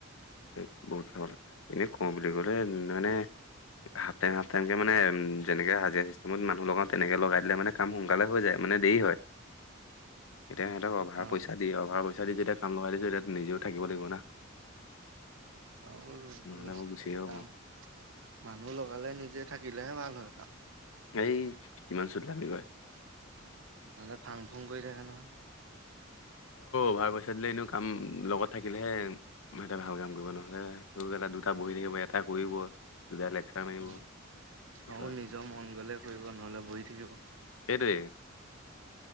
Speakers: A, on the left; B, on the right.
A: <unintelligible> এনে কওঁ বুলি ক'লে মানে হাফ টাইম - হাফ টাইমকে মানে যেনেকে হাজিৰা ছিষ্টেমত মানুহ লগাওঁ, তেনেকে লগাই দিলে মানে কাম সোনকালে হৈ যায় মানে দেৰি হয়।
B: <unintelligible>
A: এতিয়া সিহঁতক অভাৰ
B: অ
A: পইচা দি- অভাৰ পইচা দি যেতিয়া কাম লগাই দিছে, তাত নিজেও থাকিব লাগিব না।
B: আৰু <unintelligible>
A: নহ'লে মই গুচি আহিব
B: কাম।
A: পাৰোঁ
B: মানুহ লগালে, নিজে থাকিলেহে ভাল হয় কাম।
A: এই কিমান চুটলামী কয়।
B: নহলে ফাং-ফুং কৰি থাকে নহয়।
A: অভাৰ পইচা দিলে এনেও কাম লগত থাকিলেহে, সিহঁতে ভাল কাম কৰিব, নহলে দুটা বহি থাকিব, এটাই কৰিব। দুটা লেকচাৰ মাৰিব
B: উম। অ'
A: সেইটো আছে
B: নিজৰ
A: না।
B: মন গ'লে কৰিব, নহ'লে বহি থাকিব।
A: সেইটোৱে।